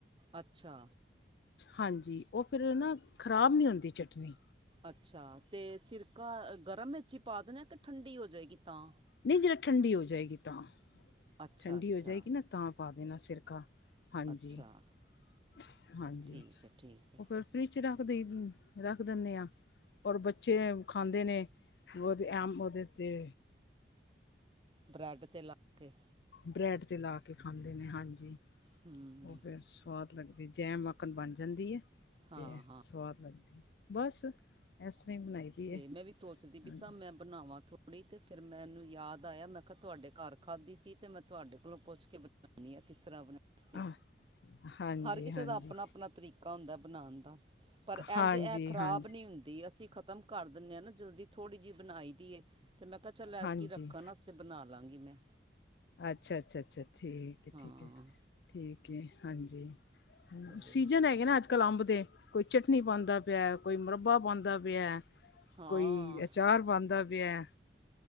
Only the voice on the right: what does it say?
ਅੱਛਾ।
ਅੱਛਾ, ਤੇ ਸਿਰਕਾ ਗਰਮ ਵਿਚ ਪਾ ਦੇਣਾ ਕਿ ਠੰਡੀ ਹੋ ਜਾਵੇਗੀ ਤਾਂ।
ਅੱਛਾ
ਅੱਛਾ
ਅੱਛਾ ਠੀਕ ਹੈ ਠੀਕ ਹੈ
ਬਰੈਡ ਤੇ ਲਾ ਕੇ
ਹੂੰ
ਹਾਂ
ਹਾਂ
ਤੇ
ਮੈਂ ਵੀ ਸੋਚਦੀ ਪਈ
ਸਾਂ, ਮੈਂ ਬਣਾਵਾਂ ਥੋੜ੍ਹਾ ਥੋੜੀ ਕ, ਫੇਰ ਮੈਨੂੰ ਯਾਦ ਆਇਆ ਮੈਂ ਕਿਹਾ ਤੁਹਾਡੇ ਘਰ ਖਾਧੀ ਸੀ ਤੇ ਮੈਂ ਤੁਹਾਡੇ ਕੋਲੋਂ ਪੁੱਛ ਕੇ ਬਣ ਕਿਸ ਤਰ੍ਹਾਂ ਬਣਾ ਤੁਸੀਂ,
ਹਰ ਕਿਸੇ
ਦਾ ਆਪਣਾ-ਆਪਣਾ ਤਰੀਕਾ ਹੁੰਦਾ ਬਣਾਣ ਦਾ। ਪਰ
ਇੰਝ ਇਹ ਖ਼ਰਾਬ
ਨਹੀਂ ਹੁੰਦੀ, ਅਸੀਂ ਖ ਕਰ ਦਿੰਦੇ ਆ ਨਾ ਜਲਦੀ ਥੋੜ੍ਹੀ ਜਿਹੀ ਬਣਾਈ ਦੀ ਏ ਤੇ ਮੈਂ ਕਿਹਾ ਚੱਲ ਐਦਕੀ
ਰੱਖਣ ਨ ਤੇ ਬਣਾ ਲਾਗੀ ਮੈਂ
ਹਾਂ
ਅਤੇ
ਹਾਂ